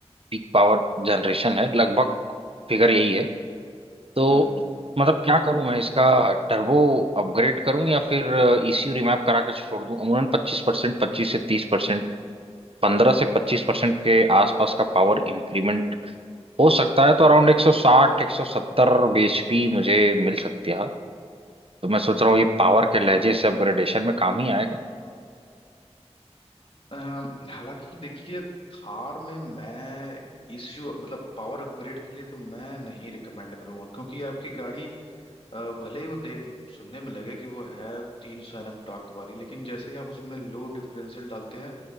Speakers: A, on the right; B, on the left.
A: पीक पावर जनरेशन है लगभग फिगर यही है तो
B: हम्म हम्म।
A: मतलब क्या करूं मैं इसका टर्बो अपग्रेड करूं या फिर ईसीयू रिमैप करा के छोड़ दूं अमूमन 25 परसेंट पच्चीस से तीस परसेंट पंद्रह से पच्चीस परसेंट के आसपास का पावर इंक्रीमेंट हो सकता है तो अराउंड 160 170 bhp मुझे मिल सकती है तो मैं सोच रहा हूँ ये पावर के लहजे से अपग्रेडेशन में काम ही आएगा
B: अम, हालांकि देखिए थार में मैं इश्यू मतलब पावर अपग्रेड के लिए तो मैं नहीं रिकमेंड करूंगा क्योंकि आपकी गाड़ी अ, भले ही वो देख सुनने में लगे कि वो है तीन सौ एनएम टॉर्क वाली लेकिन जैसे ही आप उसमें लो डिफरेंशियल डालते हैं